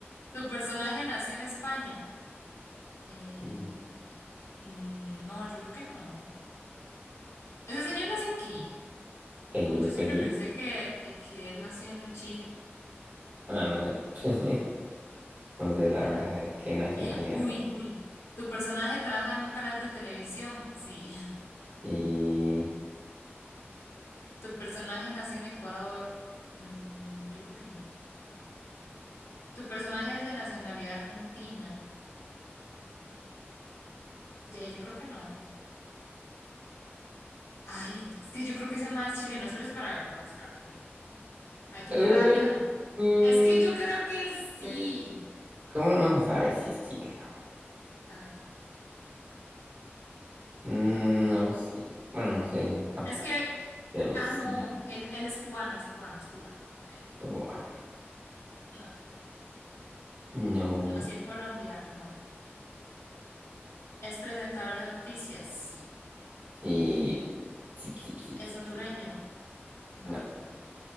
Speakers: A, on the left; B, on the right.
A: ¿Tu personaje nació en España? Eh,
B: Mm,
A: mm, no, yo creo que no. Ese señor nació aquí.
B: sí,
A: O
B: yo
A: yo
B: creo
A: siempre
B: que sí.
A: pensé que, eh, que él nació en Chile.
B: Ah, no sé. <laughs> No sé la
A: Bueno,
B: verdad de qué nacionalidad.
A: uy, uy. Tu personaje trabaja en un canal de televisión. Sí. <laughs>
B: Y...
A: Tu personaje nació en Ecuador. Mm, yo creo que no. Tu personaje es de nacionalidad argentina. Ya, yo creo que no. Ay, es que yo creo que ese más es chileno. esperes para ver, para buscar. Aquí
B: Uh,
A: rápidamente.
B: uh,
A: Es que yo creo que sí.
B: uh, ¿Cómo no vas a saber si es chileno?
A: A ver.
B: Mm,
A: eh,
B: No lo sé. Bueno, no sé, tampoco.
A: Es que.
B: Ya lo
A: Ah,
B: cinco.
A: no. Él, él es cubano, es cubano, es cubano. Ok.
B: ah,
A: No.
B: No.
A: Nació en Colombia. No. ¿Es presentador de noticias? Sí.
B: Sí. Sí, sí, sí,
A: ¿Es
B: sí,
A: hondureño?
B: sí, sí.
A: No.
B: No,